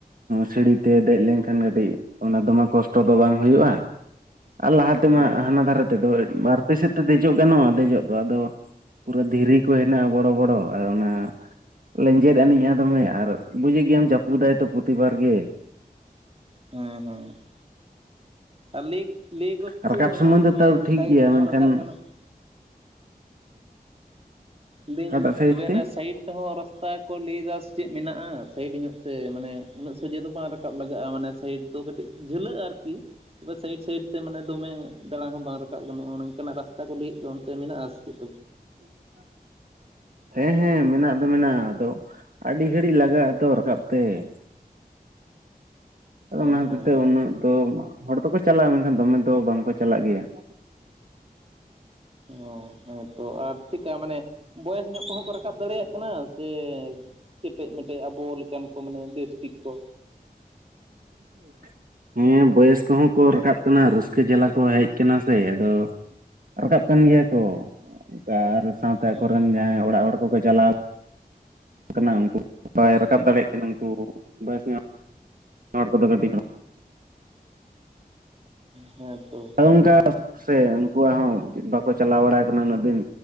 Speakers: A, on the right; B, on the right.
A: ᱥᱟᱹᱲᱤᱛᱮ ᱫᱮᱡ ᱞᱮᱱᱠᱷᱟᱱ ᱠᱟᱹᱴᱤᱡ ᱚᱱᱟ ᱫᱚᱢᱮ ᱠᱚᱥᱴᱚ ᱫᱚ ᱵᱟᱝ ᱦᱩᱭᱩᱜᱼᱟ ᱟᱨ ᱞᱟᱦᱟ ᱛᱮᱢᱟ
B: ᱦᱮᱸ
A: ᱦᱟᱱᱟ ᱫᱷᱟᱨᱮ ᱛᱮᱫᱚ ᱵᱟᱨ ᱯᱮ ᱥ ᱛᱮ ᱫᱚ ᱦᱤᱡᱩᱜ ᱜᱟᱱᱚᱜᱼᱟ ᱫᱮᱡᱚᱜ ᱜᱟᱱᱚᱜᱼᱟ ᱫᱮᱡᱚᱜ ᱫᱚ ᱟᱫᱚ ᱫᱷᱤᱨᱤ ᱠᱚ ᱦᱮᱱᱟᱜᱼᱟ ᱵᱚᱲᱚ ᱵᱚᱲᱚ ᱟᱨ ᱚᱱᱟ ᱞᱮᱸᱡᱮᱫ ᱟᱹᱱᱤᱡᱟ ᱫᱚᱢᱮ ᱟᱨ ᱵᱩᱡᱮᱫ ᱜᱮᱭᱟᱢ ᱪᱟᱯᱩ ᱫᱟᱭᱛᱚ ᱯᱨᱚᱛᱤᱵᱟᱨ ᱜᱮ ᱾
B: ᱦᱮᱸ ᱦᱮᱸ ᱾ ᱟᱨ ᱞᱤᱠ ᱞᱤᱠ ᱚᱥ
A: ᱨᱟᱠᱟᱵ
B: ᱪᱮᱫ ᱚᱱᱟ
A: ᱥᱩᱢᱚᱭ ᱫᱚ
B: ᱢᱟᱱᱮ
A: ᱛᱟᱣ ᱴᱷᱤᱠ
B: ᱥᱟᱭᱤᱰ
A: ᱜᱮᱭᱟ
B: ᱛᱮᱦᱚᱸ
A: ᱢᱮᱱᱠᱷᱟᱱ
B: ᱨᱟᱠᱟᱵ ᱜᱟᱱᱚᱜ ᱾ ᱞᱫᱟᱹᱧ
A: ᱚᱠᱟᱴᱟᱜ ᱥᱟᱭᱤᱰ
B: ᱛᱚᱵᱮ ᱮᱱᱟ
A: ᱛᱮ
B: ᱥᱟᱭᱤᱰ ᱛᱮᱦᱚᱸ ᱨᱟᱥᱛᱟ ᱠᱚ ᱞᱟᱹᱭᱮᱫᱟ ᱥᱮ ᱪᱮᱫ ᱢᱮᱱᱟᱜᱼᱟ ᱥᱟᱭᱤᱰ ᱧᱚᱜ ᱛᱮ ᱢᱟᱱᱮ ᱩᱱᱟᱹᱜ ᱥᱚᱡᱷᱮ ᱫᱚ ᱵᱟᱝ ᱨᱟᱠᱟᱵ ᱨᱟᱠᱟᱵ ᱞᱟᱜᱟᱜᱼᱟ ᱢᱟᱱᱮ ᱥᱟᱭᱤᱰ ᱫᱚ ᱠᱟᱹᱴᱤᱡ ᱡᱷᱟᱹᱞᱟᱹᱜᱼᱟ ᱟᱨᱠᱤ ᱛᱚᱵᱮ ᱥᱟᱭᱤᱰ ᱥᱟᱭᱤᱰ ᱛᱮ ᱢᱟᱱᱮ ᱫᱚᱢᱮ ᱫᱟᱬᱟᱱ ᱦᱚᱸ ᱨᱟᱠᱟᱵ ᱜᱟᱱᱚᱜᱼᱟ ᱱᱚᱝᱠᱟᱱᱟᱜ ᱨᱟᱥᱛᱟ ᱠᱚ ᱞᱟᱹᱭᱮᱫ ᱫᱚ ᱚᱱᱛᱮ ᱢᱮᱱᱟᱜᱼᱟ ᱥᱮ ᱪᱮᱫ?
A: <unintelligible> ᱦᱮᱸ ᱦᱮᱸ ᱢᱮᱱᱟᱜ ᱫᱚ ᱢᱮᱱᱟᱜᱼᱟ ᱟᱫᱚ ᱟᱹᱰᱤ ᱜᱷᱟᱹᱲᱤᱡ ᱞᱟᱜᱟᱜ ᱟᱛᱚ ᱨᱟᱠᱟᱵ ᱛᱮ ᱾ ᱟᱫᱚ
B: ᱚ
A: ᱱᱦᱟᱛᱮ
B: ᱦᱮᱸ
A: ᱛᱮ ᱩᱱᱟᱹᱜ ᱫᱚ ᱦᱚᱲ ᱫᱚᱠᱚ ᱪᱟᱞᱟᱜᱼᱟ ᱢᱮᱱᱠᱷᱟᱱ ᱫᱚᱢᱮ ᱫᱚ ᱵᱟᱝᱠᱚ ᱪᱟᱞᱟᱜ ᱜᱮᱭᱟ ᱾
B: ᱚ ᱦᱚᱭ ᱛᱚ ᱟᱨ ᱪᱤᱠᱟ ᱢᱟᱱᱮ ᱵᱚᱭᱮᱥ ᱧᱚᱜ ᱠᱚᱦᱚᱸ ᱠᱚ ᱨᱟᱠᱟᱵ ᱫᱟᱲᱮᱭᱟᱜ ᱠᱟᱱᱟ ᱥᱮ ᱠᱮᱴᱮᱡ ᱢᱮᱮᱴᱮᱡ ᱟᱵᱚ ᱞᱮᱠᱟᱱ ᱠᱚ ᱢᱟᱱᱮ ᱰᱮᱥᱴᱤᱠ ᱠᱚ
A: <inaudible> ᱦᱮᱸ ᱵᱚᱭᱮᱥ ᱠᱚᱦᱚᱸ ᱠᱚ ᱨᱟᱠᱟᱵ ᱠᱟᱱᱟ ᱨᱟᱹᱥᱠᱟᱹ ᱡᱟᱞᱟ ᱠᱚ ᱦᱮᱡ ᱟᱠᱟᱱᱟ ᱥᱮ ᱟᱫᱚ ᱨᱟᱠᱟᱵ ᱠᱟᱱ ᱜᱮᱭᱟ ᱠᱚ ᱟᱨ ᱥᱟᱶᱛᱟ
B: ᱦᱮᱸ
A: ᱠᱚᱨᱮᱱ ᱡᱟᱦᱟᱸᱭ ᱚᱲᱟᱜ ᱦᱚᱲ ᱠᱚᱠᱚ ᱪᱟᱞᱟᱣ ᱠᱟᱱᱟ ᱩᱱᱠᱩ ᱵᱟᱭ ᱨᱟᱠᱟᱵ ᱫᱟᱲᱮᱭᱟᱜ ᱠᱟᱱᱟ ᱩᱱᱠᱩ ᱵᱚᱭᱚᱥ ᱧᱚᱜ ᱦᱚᱲ ᱠᱚᱫᱚ ᱠᱟᱹᱴᱤᱡ ᱜ
B: ᱦᱮᱸ ᱛᱚ ᱾
A: ᱚᱱᱠᱟ ᱥᱮ ᱩᱱᱠᱩᱣᱟᱜ ᱦᱚᱸ ᱵᱟᱠᱚ ᱪᱟᱞᱟᱣ ᱵᱟᱲᱟ ᱟᱠᱟᱱᱟ ᱩᱱᱟᱹᱜ ᱫᱤᱱ